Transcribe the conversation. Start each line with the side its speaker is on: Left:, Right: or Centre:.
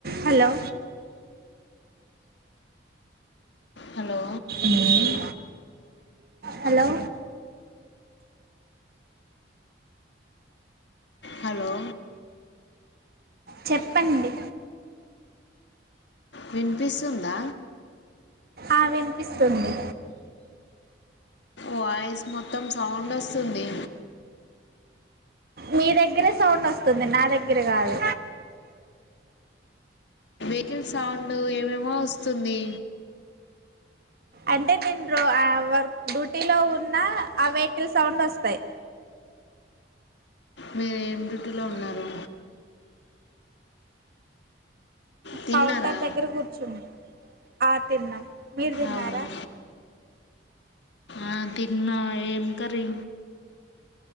Right: hello
Left: hello
Right: ఏ hello
Left: hello
Right: చెప్పండి
Left: వినిపిస్తుందా
Right: ఆ వినిపిస్తుంది
Left: వాయిస్ మొత్తం సౌండ్ వస్తుంది
Right: మీ దగ్గరే సౌండ్ వస్తుంది నా దగ్గర కాదు
Left: వెహికల్ సౌండ్ ఏమేమో వస్తుంది
Right: అంటే నేను ర వర్ డ్యూటీ లో ఉన్నా ఆ వెహికల్ సౌండ్ వస్తాయి
Left: మీర ఏం రటులో ఉన్నారు తిన్నారా
Right: కౌంటర్ దగ్గర కూర్చునా ఆ తిన్నాం మీరు తిన్నారా
Left: అవును ఆ తిన్నా ఏం కరీ